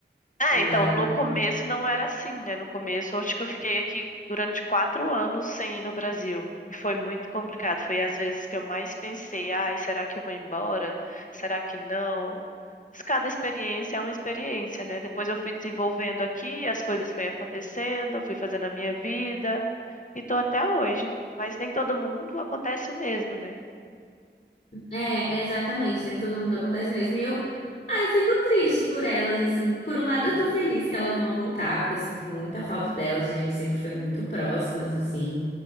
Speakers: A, on the left; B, on the left.
A: É,
B: Mas,
A: então, no começo não era assim, né? No começo, eu acho que eu fiquei aqui durante quatro anos sem ir no Brasil. E foi muito complicado. Foi às vezes que eu mais pensei, ai, será que eu vou embora? Será que não? Mas cada experiência é uma experiência, né? Depois eu fui desenvolvendo aqui, as coisas foram acontecendo, eu fui fazendo a minha vida e tô até hoje. Mas nem todo mundo acontece o mesmo, né?
B: é, exatamente, nem todo mundo acontece mesmo. E eu, ah, eu fico triste por elas, assim. Por um lado, eu tô feliz que elas vão voltar, porque eu sinto muita falta delas, a gente sempre foi muito próximas, assim.